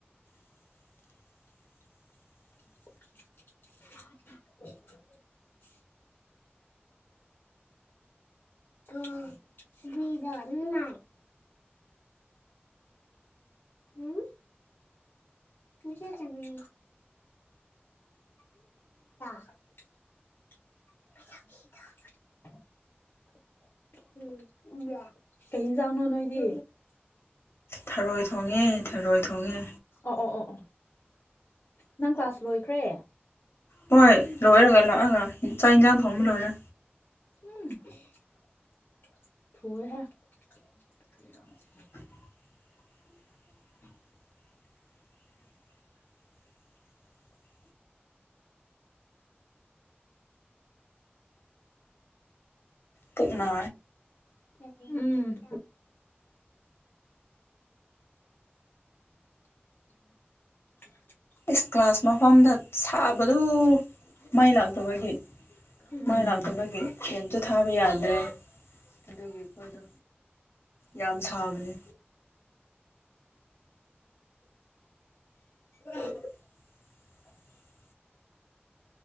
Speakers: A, on the left; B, on the left.
A: <unintelligible>
B: <unintelligible> ꯑ ꯤꯗ ꯏ ꯎꯝ ꯆ ꯆꯗ <unintelligible> ꯑꯦꯅꯖꯥꯎꯅ ꯅꯣꯏꯗꯤ
A: ꯊꯔꯣꯏ ꯊꯣꯡꯉꯦ ꯊꯔꯣꯏ ꯊꯣꯡꯉꯦ
B: ꯑꯣ ꯑꯣ ꯑꯣ ꯑꯣ ꯅꯪ ꯀ꯭ꯂꯥꯁ ꯂꯣꯏꯈ꯭ꯔꯦ
A: ꯍꯣꯏ ꯂꯣꯏꯔꯒ ꯂꯥꯛꯑꯒ ꯆꯥꯛ ꯏꯟꯁꯥꯡ ꯊꯣꯡꯕ ꯂꯣꯏꯔꯦ
B: ꯎꯝ ꯊ ꯍꯥꯏ
A: <inaudible> <inaudible> ꯇꯨꯞꯅꯥ
B: ꯎꯝ <inaudible>
A: ꯐꯁ ꯀ꯭ꯂꯥꯁ ꯃꯐꯝꯗ ꯁꯥꯕꯗꯨ ꯃꯥꯏ ꯂꯥꯛꯇꯕꯒꯤ
B: ꯎꯝ
A: ꯃꯥꯏ ꯂꯥꯛꯇꯕꯒꯤ ꯀꯁꯨ ꯊꯥꯕ ꯌꯥꯗ꯭ꯔꯦ ꯑꯗꯨꯒꯤ ꯑꯩꯈꯣꯏꯗꯣ ꯌꯥꯝ ꯁꯥꯕꯅꯤ
B: ꯎ
A: <inaudible>